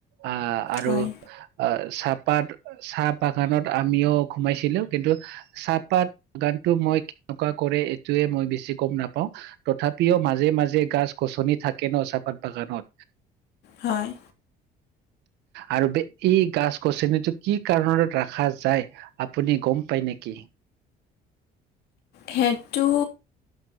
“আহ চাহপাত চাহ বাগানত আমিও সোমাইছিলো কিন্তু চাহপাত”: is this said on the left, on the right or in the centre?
Right